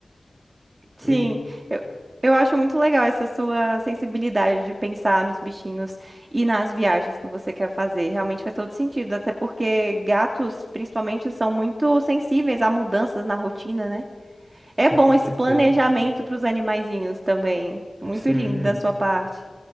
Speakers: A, on the right; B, on the right.
A: Sim,
B: E
A: eu, eu acho muito legal essa sua sensibilidade de pensar nos bichinhos e nas viagens que você quer fazer. Realmente faz todo sentido, até porque gatos, principalmente, são muito sensíveis a mudanças na rotina, né? É
B: com
A: bom
B: certeza.
A: esse planejamento para os animaizinhos também. Muito
B: Sim,
A: lindo da sua parte.